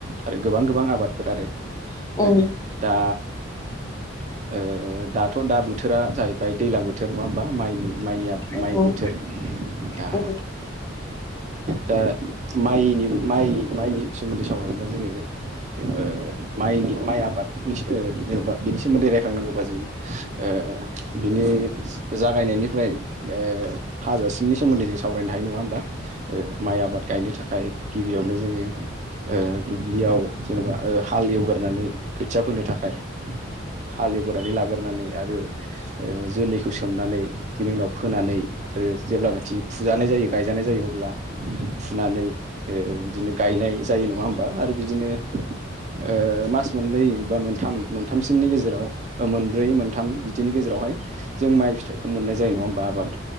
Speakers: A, on the right; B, on the left.
A: आरो गोबां गोबां आबादफोर आरो
B: उम
A: ओ दा ओ दाथ' दा बोथोरा जाहैबाय दैलां बोथोर नङा होमबा माइनि। माइयानियाब
B: औ
A: माइ बोथोर दा
B: औ उम
A: दा माइनिबो माइ माइनि सोमोन्दै सावरायनोबब्ला जोङो बेबो माइनि माइ आबादनिसो जेन'बा बेनि सोमोन्दै रायखांनांगौबा जों ओ ओ बिनि जागायनायनिफ्राय ओ हाजासिमनि सोमोन्दै जों सावरायनो हायो नङा होमबा। ओ माइ आबाद गायनो थाखाय गिबियावनो जोङो ओ दुब्लियाव जेनेबा ओ हाल एवगारनानै खोथिया फोनो थाखाय हालेवदानै लागोरोनानै आरो ओ जोलैखौ सोमनानै बिनि उनाव फोनानै ओ जेब्लानोाखि फुजानाय जायो गायजानाय जायो अब्ला फुनानै ओ बिदिनो गायनाय जायो नङा होमबा आरो बिदिनो ओ मास मोननै बा मोनथाम मोनथामसिमनि गेजेराव मोनब्रै मोनथाम बिदिनि गेजेराव बेवहाय जों माइ फिथाइखौ मोननाय जायो नङा होमबा आबाद।